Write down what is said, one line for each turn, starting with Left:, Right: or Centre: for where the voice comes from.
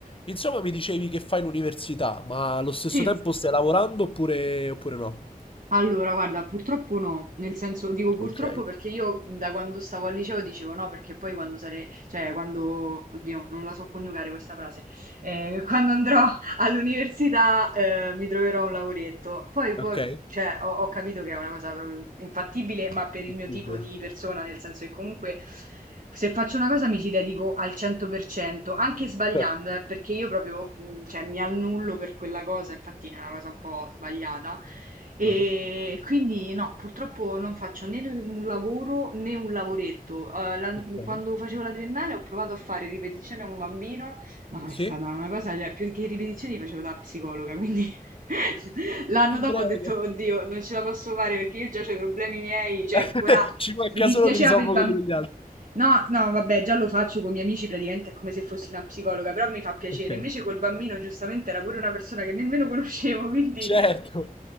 Left: Insomma, mi dicevi che fai l'università, ma allo stesso
Right: Sì.
Left: tempo stai lavorando oppure, oppure no?
Right: Allora, guarda, purtroppo no, nel senso dico purtroppo
Left: Ok,
Right: perché io da quando stavo al liceo dicevo no, perché poi quando sarei, cioè quando, oddio, non la so coniugare questa frase, eh, <laughs> quando andrò all'università eh, mi troverò un lavoretto. Poi, poi
Left: ok,
Right: cioè, ho, ho capito che è una cosa proprio infattibile, ma per il
Left: difficile.
Right: mio tipo di persona, nel senso che comunque se faccio una cosa mi ci dedico al 100%, anche sbagliando,
Left: Certo.
Right: eh, perché io proprio, mh, cioè, mi annullo per quella cosa, infatti è una cosa un po' sbagliata. E
Left: Ah,
Right: quindi no, purtroppo non faccio né l- un lavoro né un lavoretto. Eh, la-
Left: ok.
Right: quando facevo la triennale ho provato a fare ripetizioni a un bambino, ma
Left: Sì?
Right: è stata una cosa, cioè, più che ripetizioni li facevo da psicologa, quindi <laughs> l'anno
Left: Ti
Right: dopo
Left: prego.
Right: ho detto, oddio, non ce la posso fare perché io già ho i problemi miei, cioè,
Left: <laughs>
Right: ora
Left: Ci manca
Right: mi dispiaceva
Left: solo che risolvo
Right: per il bambino.
Left: quelli degli altri.
Right: No, no, vabbè, già lo faccio con i miei amici, praticamente è come se fossi una psicologa, però mi fa piacere.
Left: Ok.
Right: Invece col bambino, giustamente, era pure una persona che nemmeno <laughs> conoscevo, quindi
Left: Certo.